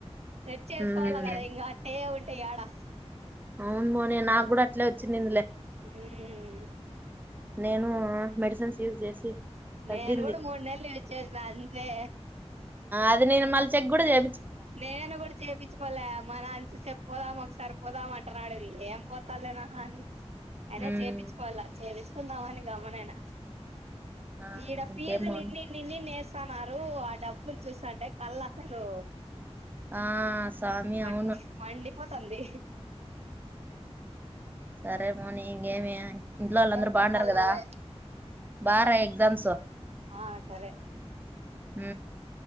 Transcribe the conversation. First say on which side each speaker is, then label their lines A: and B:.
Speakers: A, on the right (about 70°); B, on the right (about 15°).
A: సెట్ చేసుకోవాలి
B: ఉమ్
A: కదా ఇంకా అట్టే ఉ ట్ట ఎడా
B: అవును మోని నాకు కూడా అట్లే వచ్చింది ఇందులే
A: ఉమ్
B: నేను మెడిసిన్స్ యూజ చేసి తగ్గింది
A: నేను కూడా మూడు నెలలు యూస్ చేసిన అంతే
B: అది నేను మళ్ చెక్ కూడా చె
A: నేను కూడా చేపించుకోలే మన అంచు చెప్ప పోదామా ఒకసారి పోదా మాంటన్నాడుది ఏం పోతాాలేనా అయినా
B: ఉమ్
A: చేయించుకోవాలా చేయిుకో వస్తుందా అని గమ్మున ఉన్న
B: ఆ
A: ఇడ
B: ఇంకేం
A: ఫీజు
B: మౌని
A: లు ఇన్ని ఇన్ని వస్తున్నారు ఆ డబ్బులు చూస్తంటే కళ్ళ అసలు
B: ఆ స్వామి
A: <unintelligible>
B: అవును
A: పోతుంది
B: సరే మోని ఇంకేమి ఇంట్లో వాళ్ళు
A: ఇంకేం
B: అందరూ బాగున్నారుారు
A: చెప్పాలి
B: కదా
A: నువ్వే
B: బాా రాయి ఎగ్జామ్స్
A: ఆ సరే
B: హ